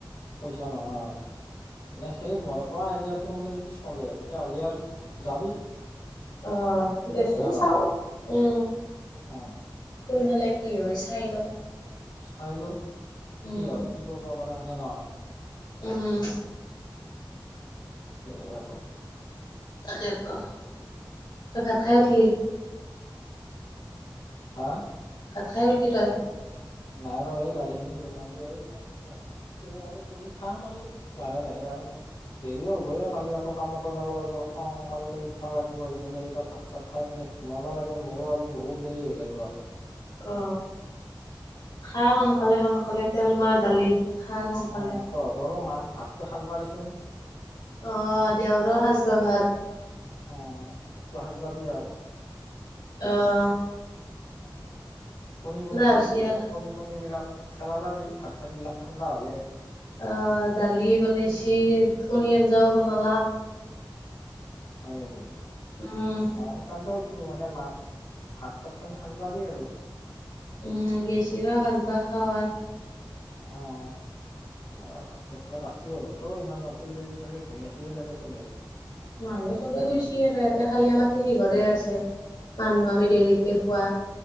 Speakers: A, on the left; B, on the left.
A: পইছা নহয় মানে সেই মই কোৱা আইডিয়াটোৰ মতে যদি চলে। তেতিযা হ'লি আৰু যাবি
B: আহ দেচোন
A: হয় নে নহয়
B: চাও উম।
A: অ
B: কোন হাললে কি হয় চাই লওঁ।
A: চাই লো কি
B: উম
A: হয় কি কৰিব পাৰে হয়নে নহয়?
B: উম।
A: সেই
B: তাকে তো তই ভাত খাই
A: অ
B: উঠিলি
A: হা
B: ভাত খাই উঠিল তই?
A: নাই ৰ এই দালিখিনি নুমালো এই খ ত আৰু কৰি খ মাল লাহে লাহে আৰু দেৰিয়ও হ'বহ কালি আকৌ কামত যাব লাগিব সংকালতে উঠবাব লাগিব এইফালে এতিয়া ভাত চাত খাই কিনে সোমাবা লাগে মোৰো আজি বহুত দেৰি হৈ গল ৰ
B: অ খা সোনকালে সোনকালে তেল মৰা দালি খা সোনকালে
A: অ তহঁতৰো মাক ভাতটো সাজ পাৰিচোন
B: আহ দেওৰ সাজবাৰ ভাত
A: আহ ভাতটো সাজব দিয়ে আৰু
B: আহ
A: আৰু কণী বনাইছিলি
B: হৈছি
A: বোলে
B: আৰ
A: কণী চণী বিলাক চেলাবা দি ভাত চাত বিলাক ঠাণ্ডা হলে
B: আহ দালি বনাইছ থণী আঞ্জাও বনালাক
A: হয় নেকি
B: উম
A: নহ সেইকাৰণটো টো মানে মাক ভাত চাত খিনি সাজ ব দিয় আৰু
B: উম গেছিৰো সাজবাহ খওঁ আৰু
A: আহ অ চত ৰাতিয়ও হ'লতো ইমান ৰাতি লগি চাগে ঘুমাই আছিয়ে চাগে চবে
B: মানুহ চবে শুইচিয়ে আৰু ইয়াতে খালিয়া মাটি নিঘৰে আছে মানুহ আমি দেৰিকে খোৱা